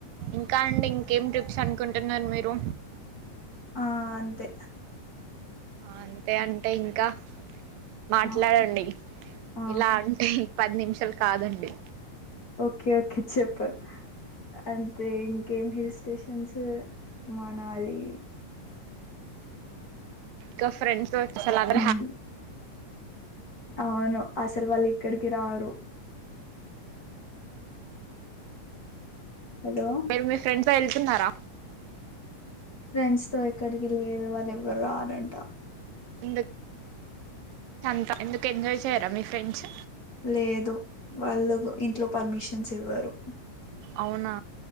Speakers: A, on the right (about 80°); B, on the left (about 35°).
A: ఇంకా అండి ఇంకేం ట్రిప్స్ అ కుంటున్నారు మీరు
B: ఆ అంతే
A: అంతే అంటే ఇంకా మాట్లాడండి
B: ఆ ఆ
A: ఇలా అంటే పది నిమిషాలు కాదండి
B: ఓకే ఓకే చెప్పు అంతే ఇంకేం హిల్ స్టేషన్స్ మనాలి
A: క ఫ్రెండ్స్ తో చల <unintelligible>
B: ఉమ్, అవును అసలు వాళ్ళు ఇక్కడికి రారు హలో
A: మీరు మీ ఫ్రెండ్స్ తో వెళ్తున్నారా
B: ఫ్రెండ్స్ తో ఎక్కడికి లేదు వాళ్ళు ఎవ్వరు రారంట
A: ఇందు తంతా ఎందుకు ఎంజాయ్ చెయ్యారా మీ ఫ్రెండ్స్
B: లేదు వాళ్ళకు ఇంట్లో పర్మిషన్స్ ఇవ్వరు
A: అవునా